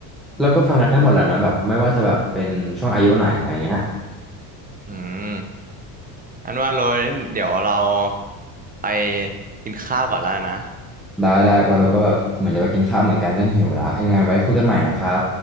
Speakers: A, on the right; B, in the centre.
A: อ่า
B: เราก็ฟังกันได้หมดแหละเนอะแบบไม่ว่าจะแบบเป็นช่วงอายุไหนอะไรเงี้ย
A: อืมอันว่าโรยเดี๋ยวเราไปกินข้าวก่อนแล้วนะ
B: ได้ได้วาโลก็แบบเหมือนจะไปกินข้าวเหมือนกันเริ่มหิวและยังไงไว้คุยกันใหม่นะครับ